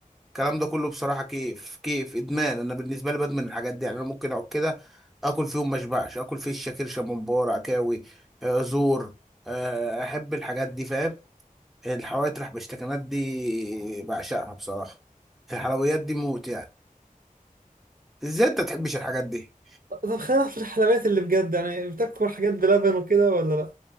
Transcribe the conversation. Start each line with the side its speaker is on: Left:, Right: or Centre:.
Centre: الكلام ده كله بصراحه كيف كيف ادمان انا بالنسبه لي بدمن الحاجات دي يعني انا ممكن اقعد كده اكل فيهم ما اشبعش اكل فيشه كرشه ممبار عكاوي أه زور أه احب الحاجات دي فاهم الحوادق البشتكنات دي بعشقها بصراحه الحلويات دي موت يعني ازاي انت تحبش الحاجات دي
Right: طب خلينا في الحلويات اللي بجد يعني بتاكل حاجات بلبن وكده ولا لا؟